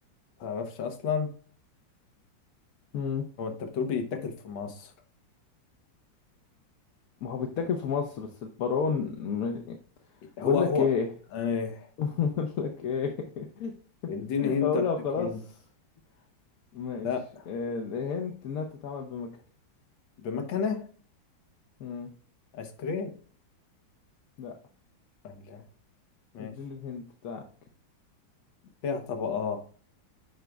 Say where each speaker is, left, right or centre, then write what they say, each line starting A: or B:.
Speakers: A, on the left (about 80°); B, on the left (about 60°).
A: متعرفش أصلا
B: مم.
A: هو أنت بتقول بيتاكل في مصر
B: ما هو بيتاكل في مصر بس البارون م-
A: هو
B: بقول
A: هو
B: لك ايه
A: آه.
B: <laughs> بقول لك ايه <laughs>
A: اديني هنت
B: اقولها
A: اديك
B: خلاص
A: هنت
B: ماشي
A: لا
B: آه، الهنت انها بتتعمل بمكنه
A: بمكنة
B: مم.
A: آيس كريم
B: لا
A: لا ماشي
B: اديني الهنت بتاعك
A: فيها طبقات